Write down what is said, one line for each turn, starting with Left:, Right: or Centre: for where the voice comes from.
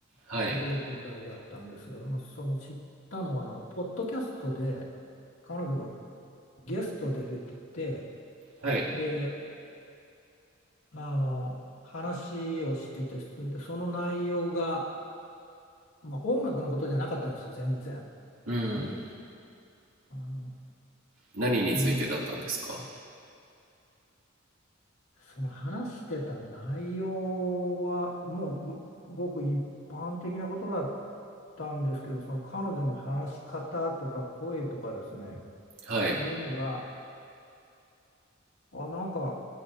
Right: はい、
Left: 驚くぐらいだったんですが、まあ、その知ったのは、あの、ポッドキャストで彼女がゲストで出てて、
Right: はい、
Left: で、あの話をしててでその内容が、まあ、音楽のことじゃなかったんですよ全然。
Right: うん。
Left: ああの、
Right: 何についてだったんですか
Left: うん、その話してた内容はもうごく一般的なことだったんですけどその彼女の話し方とか声とかですね
Right: はい、
Left: そういうのがあ、なんか